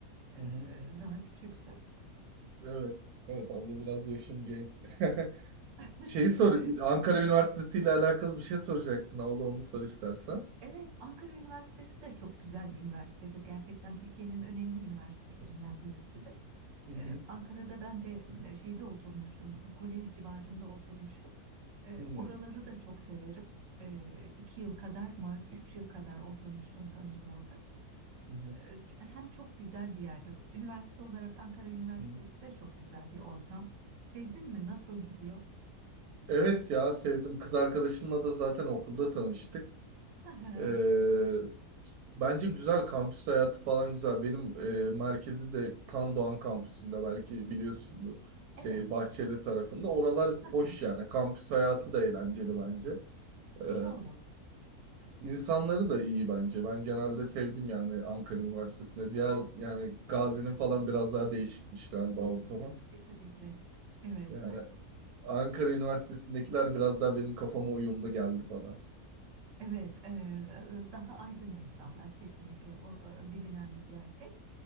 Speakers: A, on the right (about 60°); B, on the right (about 80°).
A: e,
B: hı hı.
A: e, daha küçüksün.
B: Evet. Evet abla biraz yaşım genç. <laughs>
A: <laughs>
B: Şeyi
A: Evet.
B: sor, Ankara Üniversitesi ile alakalı bir şey soracaktın abla onu sor istersen.
A: Evet, Ankara Üniversitesi de çok güzel bir üniversitedir. Gerçekten Türkiye'nin önemli üniversitelerinden birisidir.
B: Hı hı.
A: Ee, Ankara'da ben de m, şeyde oturmuştum, kolej civarında oturmuştum. Ee,
B: Hı hı.
A: oraları da çok severim. Ee, iki yıl kadar mı, üç yıl kadar oturmuştum sanırım orada.
B: Hı hı.
A: Ee, hem çok güzel bir yerdir. Üniversite olarak Ankara Üniversitesi
B: Hı.
A: de çok güzel bir ortam. Sevdin mi? Nasıl gidiyor?
B: Evet ya sevdim. Kız arkadaşımla da zaten okulda tanıştık.
A: <laughs>
B: Ee, bence güzel kampüs hayatı falan güzel. Benim e, merkezi de Kan Doğan kampüsünde belki biliyorsundur. Şey,
A: Evet,
B: Bahçeli tarafında. Oralar
A: <laughs>
B: hoş yani. Kampüs hayatı da eğlenceli bence. Ee,
A: doğru.
B: İnsanları da iyi bence. Ben genelde sevdim yani Ankara Üniversitesi'nde. Diğer yani Gazi'nin falan biraz daha değişikmiş galiba ortamı.
A: Kesinlikle. Evet.
B: Yani Ankara Üniversitesi'ndekiler biraz daha benim kafama uyumlu geldi bana.
A: Evet, e, e, daha aydın insanlar kesinlikle o e, bilinen bir gerçek.